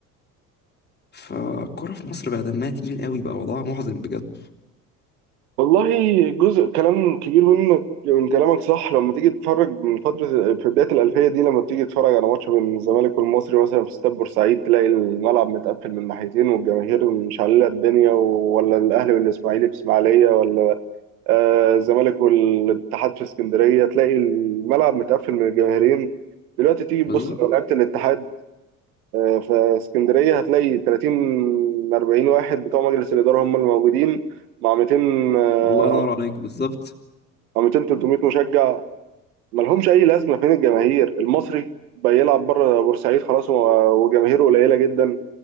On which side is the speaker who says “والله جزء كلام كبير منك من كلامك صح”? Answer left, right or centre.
Right